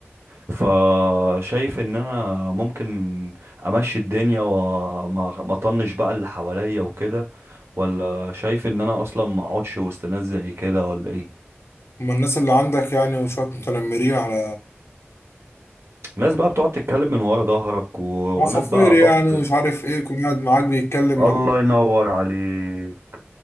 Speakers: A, on the right; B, on the left.
A: فشايف ان انا ممكن امشي الدنيا وما ما اطنش بقى اللي حواليا وكده ولا شايف ان انا اصلا ما اقعدش وسط ناس زي كده ولا ايه
B: هم الناس اللي عندك يعني وشوية متنمرين على
A: ناس بقى بتقعد تتكلم من ورا ظهرك و-
B: عصافير
A: وناس بقى
B: يعني
A: تقعد
B: ومش عارف ايه يكون قاعد معاك بيتكلم معاك
A: الله ينور عليك